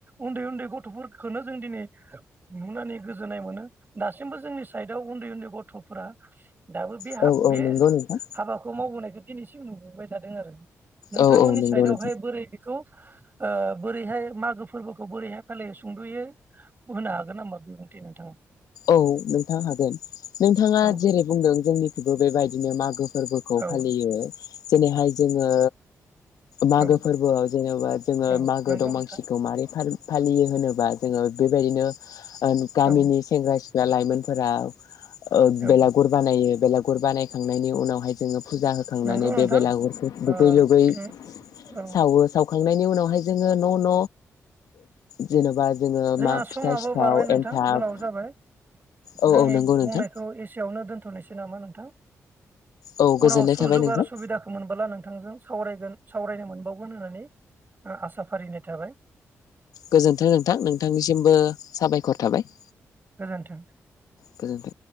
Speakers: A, on the right (about 35°); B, on the left (about 80°).
A: उन्दै उन्दै गथफोरखोनो जों दिनै नुनानै गोजोननाय मोनो दासिमबो जोंनि साइडआव उन्दै उन्दै गथफोरा दाबो बे हा-
B: औ औ
A: बे
B: नंगौ नोंथां
A: हाबाखौ मावबोनायखौ दिनैसिम नुबोबाय थादों आरो नोंथांमोननि
B: औ औ नंगौ
A: साइदावहाय
B: नोंथां
A: बोरै खौ ओ बोरैहाय मागो फोरबोखौ बोरैहाय फालियो सुंदयै होनो हागोन नामा बिबुंथि नोंथाङा
B: औ नोंथां हागोन नोंथाङा
A: औ
B: जेरै बुंदों जोंथिंबो बेबायदिनो मागो फोरबोखौ
A: औ
B: फालियो जेरैहाय जोङो मागो
A: औ
B: फोरबोआव जेनेबा जोङो
A: औ
B: मागो
A: नंगौ
B: दमासिखौ
A: नोंथां
B: मारै फालि- फालियो होनोबा जोङो बेबायदिनो आ गामिनि
A: औ
B: लाइमोनफोरा ओ
A: औ
B: बेलागुर बानायो बेला- गुर बानायखांनायनि उनावहाय जोङो फुजा होखांनानै
A: नंगौ नोंथां
B: बे बेलागुरखौ दुगै
A: ओ
B: लोबै
A: औ
B: सावो सावखांनानै थांनायनि उनावहाय जोङो न न जेनेबा। जोङो
A: जोंहा
B: मा
A: समाबो
B: फिथा सिथाव
A: बारबाय नोंथां
B: एन्थाब
A: गोलाव जाबाय
B: औ
A: जोंनि
B: औ नंगौ
A: बुंनायखौ
B: नोंथां
A: एसेयाववनो दोनथ नोसै नामा नोंथां।
B: औ
A: उनाव
B: गोजोननाय
A: सुजुग
B: थाबाय नोंथां
A: आरो सुबिदाखौ मोनबोला नों थांजों साव-सावरायनो मोनबावगोन होननानै आसा फारिनाय थाबाय।
B: गोजोन्थों नोंथां नोंथांनिसिमबो साबायखर थाबाय।
A: गोजोन्थों।
B: गोजोन्थों